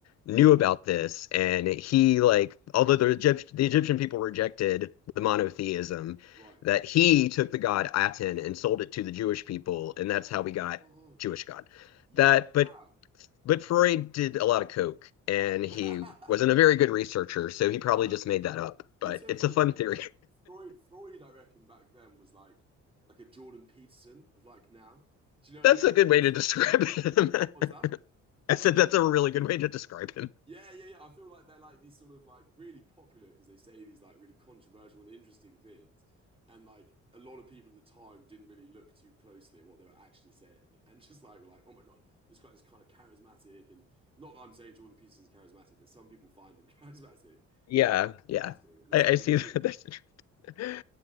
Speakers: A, on the left; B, on the right.
A: knew about this, and he like although the Egypt, the Egyptian people rejected the monotheism
B: right.
A: that he took the god Aten and sold it to the Jewish people, and that's
B: Oh
A: how
B: my
A: we got
B: God.
A: Jewish God.
B: Ye-
A: That, but
B: wow.
A: but Freud did a lot of coke, and he
B: <laughs>
A: wasn't a very good researcher, so he
B: No.
A: probably just made that up. But
B: It's so
A: it's
B: funny
A: a fun
B: that I
A: theory.
B: feel like Freud, Freud, I reckon back then was like like a Jordan Peterson of like now.
A: <laughs>
B: Do you know
A: that's
B: what I mean?
A: a good
B: Like
A: way
B: a sort
A: to describe
B: of
A: him.
B: what's that?
A: <laughs> I said that's a really good way to describe him.
B: Yeah, yeah, yeah. I feel like they're like these sort of like really popular because they say these like really controversial and interesting things. And like a lot of people at the time didn't really look too closely at what they were actually saying <laughs> and just like were like, oh my God, this guy is kind of charismatic. And not that I'm saying Jordan Peterson's charismatic, but some people find him <laughs> charismatic
A: Yeah, yeah,
B: and interesting. And there's
A: I,
B: like
A: I
B: an
A: see
B: appeal.
A: that. <laughs> That's interesting.